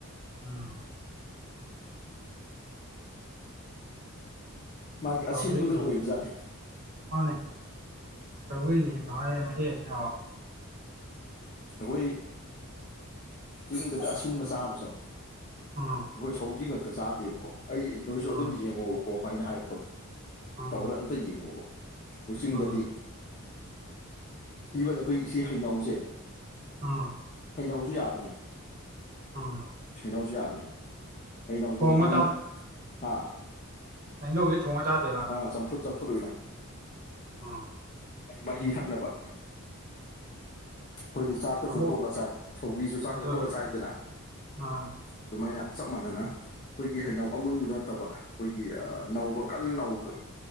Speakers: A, on the right; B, on the left.
A: ꯎꯝ
B: ꯃꯥꯒꯤ
A: ꯁꯧꯒ꯭ꯔꯤꯅ
B: ꯑꯁꯤꯟꯕꯗꯨꯅ
A: ꯍꯦꯟꯅ
B: ꯑꯣꯏꯕꯖꯥꯠꯅꯤ
A: ꯃꯥꯅꯦ ꯁꯒꯣꯏꯅꯤ ꯍꯦ ꯍꯥꯏ ꯃꯍꯤ ꯑꯃ ꯌꯥꯎ꯭ꯔꯦ
B: ꯑꯩꯈꯣꯏ ꯆꯤꯡꯗꯗꯤ ꯑꯁꯤꯟꯕ ꯆꯥꯕꯁꯦ
A: ꯑꯣ
B: ꯑꯩꯈꯣꯏ ꯁꯧꯖꯤ ꯉꯛꯇ ꯆꯥꯗꯦꯕꯀꯣ ꯑꯩ ꯅꯣꯏꯁꯨ ꯑꯗꯨꯝ
A: ꯎꯝ
B: ꯌꯦꯡꯉꯣꯕꯀꯣ ꯑꯩꯅ ꯍꯥꯏꯔꯛꯄꯗꯣ
A: ꯎꯝ
B: ꯇꯧꯔ ꯑꯇ ꯌꯦꯡꯉꯨꯕ ꯎꯆꯆꯤꯡꯗꯗꯤ
A: ꯎꯝ
B: ꯏꯚꯟ ꯑꯩꯈꯣꯏ ꯁꯤ ꯍꯩꯅꯧꯁꯦ
A: ꯎꯝ
B: ꯍꯩꯅꯧꯁꯨ ꯌꯥꯕꯅꯦ
A: ꯎꯝ
B: ꯍꯩꯅꯧꯁꯨ ꯌꯥꯕꯅꯦ ꯍꯩꯅꯧꯗꯣ
A: ꯊꯣꯡꯉ
B: ꯃꯥꯏꯃꯨꯛ ꯍꯥ
A: ꯍꯩꯅꯧꯖꯦ ꯊꯣꯡꯉ ꯆꯥꯗꯣꯏꯔꯣ
B: ꯑꯥ ꯆꯝꯐꯨꯠ ꯆꯝꯐꯨꯠ ꯑꯣꯏꯅ
A: ꯎꯝ
B: ꯃꯍꯤ ꯊꯛꯅꯕ ꯑꯩꯈꯣꯏꯗꯤ ꯆꯥꯛꯀꯁꯨ
A: ꯑꯃꯨꯛ
B: ꯇꯣꯠꯂ ꯁꯥꯏ ꯁꯧꯒ꯭ꯔꯤꯁꯨ ꯆꯥꯛꯀ
A: ꯑꯗꯨ
B: ꯇꯣꯠꯂ ꯁꯥꯏꯗꯅ
A: ꯑꯥ
B: ꯑꯗꯨꯃꯥꯏꯅ ꯆꯞ ꯃꯥꯟꯅꯅ ꯑꯩꯈꯣꯏꯒꯤ ꯍꯩꯅꯧ ꯑꯃꯨꯟꯕ ꯅꯠꯇꯕ ꯑꯩꯈꯣꯏꯒꯤ ꯅꯧꯕ ꯀꯟꯅ ꯅꯧꯕꯗ